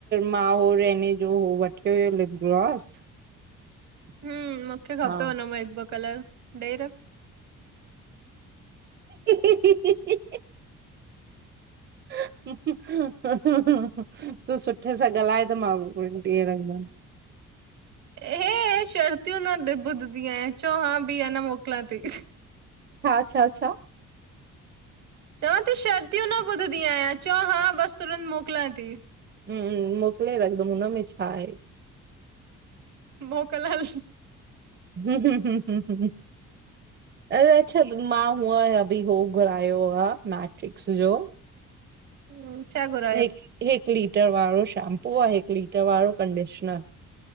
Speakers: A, on the right; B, on the right.
A: मां हो रहने जो हो वठियो हुयो लिपग्लोस
B: हम्म, मूंखे खपे
A: हा
B: हुनमां हिकु ॿ कलरु ॾेई रख।
A: हीहीही ह ह ह <unintelligible> ह ह ह तूं सुठे सां ॻाल्हाए त मां ॾहि रहंदमि।
B: हे हे शर्तियूं न द बुधदी आहियां, चओ हा बी अनां मोकिलां ती।
A: हा, छा-छा?
B: चवां ती शर्तियूं न ॿुधंदी आहियां, चओ हा बसि तुरंत मोकिलियां ती।
A: हम्म, मोकिले रखंदमि हुनमें छा आहे?
B: मोकलि हल।
A: हं- हं -हं, अरे छॾु मां हुआं या। बि हो घुरायो आ मेट्रिक्स जो
B: ह सगो <unintelligible>
A: हिकु हिकु लीटर वारो शैम्पू आ, हिकु लीटर वारो कंडीशनर।